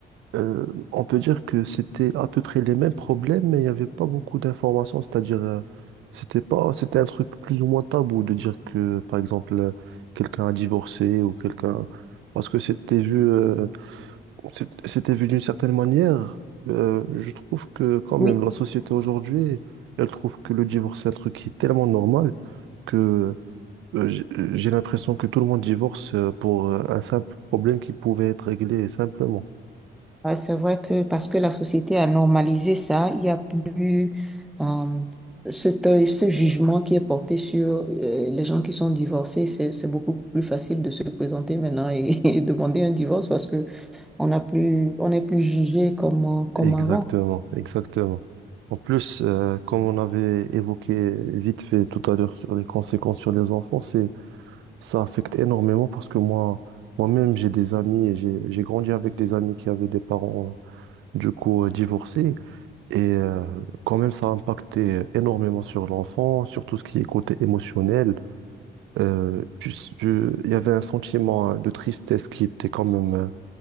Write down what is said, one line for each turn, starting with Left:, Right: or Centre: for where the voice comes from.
Right: euh, on peut dire que c'était à peu près les mêmes problèmes, mais il n'y avait pas beaucoup d'informations. C'est-à-dire, euh, c'était pas, c'était un truc plus ou moins tabou de dire que, par exemple, euh, quelqu'un a divorcé ou quelqu'un. Parce que c'était vu. euh, C'est- C'était vu d'une certaine manière. euh, je trouve que quand même
Centre: Oui,
Right: la société aujourd'hui, elle trouve que le divorce c'est un truc qui est tellement normal que euh, j'ai euh, j'ai l'impression que tout le monde divorce euh, pour euh, un simple problème qui pouvait être réglé simplement.
Centre: ouais, c'est vrai que parce que la société a normalisé ça, il n'y a plus euh, cet œil, ce jugement qui est porté sur euh, les gens qui sont divorcés. C'est, c'est beaucoup plus facile de se présenter maintenant et, <laughs> et demander un divorce parce que on n'a plus, on n'est plus jugé comme, euh, comme
Right: Exactement,
Centre: avant.
Right: exactement. En plus, euh, comme on avait évoqué vite fait tout à l'heure sur les conséquences sur les enfants, c'est, ça affecte énormément parce que moi, moi-même, j'ai des amis et j'ai, j'ai grandi avec des amis qui avaient des parents du coup euh, divorcé. Et euh, quand même, ça a impacté énormément sur l'enfant, sur tout ce qui est côté émotionnel. Euh, tu s- tu- il y avait un sentiment euh, de tristesse qui était quand même euh,